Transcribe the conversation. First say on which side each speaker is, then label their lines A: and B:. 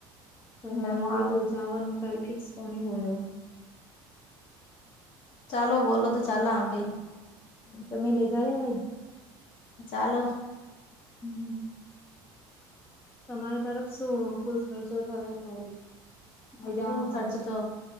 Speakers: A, on the left; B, on the left.
A: પર
B: ધમાલ
A: હાલ દખ રોજાવા ન કઈ ફિકસ કોણ હોયો.
B: ચાલો બોલો તો ચાલ આપ ભી.
A: તમે લઈ જાલ્યા કઈ?
B: ચાલો.
A: હમ્મ. તમારી તરફ શું ફૂલ ખર્ચો થયો તો મજામાં
B: ફૂલ ખર્ચો
A: છે.
B: તો,